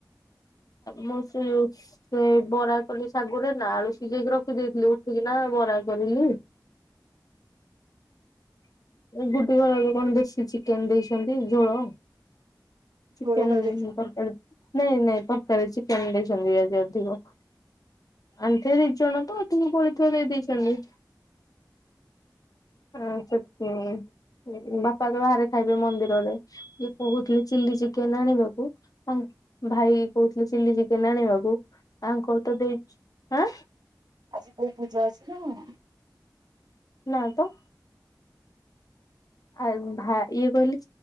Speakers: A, on the left; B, on the right.
A: ମୁଁ ସେ ଯୋଉ ସେ ବରା କଲି ଶାଗୁ ରେ ନା ଆଳୁ ସିଝେଇକି ରଖିଦେଇଥିଲି ଉଠିକି ନା ବରା କରିଲି। ଗୁଡ଼ୁଘର କଣ ଦେଶୀଚିକେନ ଦେଇଛନ୍ତି ଝୋଳ ଚିକେନ
B: ଝୋଳ ଖାଇ ଦଉଛନ୍ତି।
A: ତରକାରୀ ନାଇଁ ନାଇଁ ତରକାରି ଚିକେନ ଦେଇଛନ୍ତି ଆଜି ଅଧିକ। ଆଣଥୀ ଦି ଜଣ ତ ଅଧିକ ବଳିଥିବ ଦେଇ ଦେଇଛନ୍ତି। ହଁ ସତ <unintelligible> ବାପା ତ ବାହାରେ ଖାଇବେ ମନ୍ଦିରରେ ଦିପୁ କହୁଥିଲେ ଚିଲି ଚିକେନ ଆଣିବାକି। ଭାଇ କହୁଥିଲେ ଚିଲି ଚିକେନ ଆଣିବାକୁ ଆ କ ତ ଦେଇ ଆଁ
B: ଆଜି କୋଉ ପୂଜା ଅଛି ନା?
A: ନା ତ। ଆଉ ଇଏ କହିଲେ